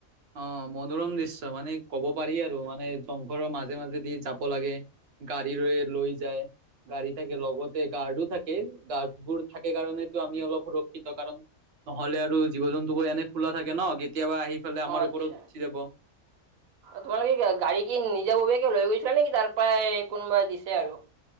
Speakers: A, on the right (about 60°); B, on the right (about 80°).
A: অঁ মনোৰম দৃশ্য মানে কব পাৰি আৰু মানে জংঘলৰ মাজে মাজেদি যাব লাগে। গাড়ী ৰৈ লৈ যায়। গাড়ী থাকে লগতে গাৰ্ডো থাকে, গাৰ্ডবোৰ থাকে কাৰণেতো আমি অলপ সুৰক্ষিত কাৰণ নহলে আৰু জীৱ জন্তুবোৰ এনে খোলা থাকে ন, কেতিয়াবা আহি পেলাই আমাৰ
B: অঁ আচ্ছা।
A: ওপৰত উঠি যাব
B: তোমালোকে কি গাড়ী কি নিজাববীয়াকে লৈ গৈছিলা নেকি, তাৰ পৰাই কোনোবাই দিছে আৰু।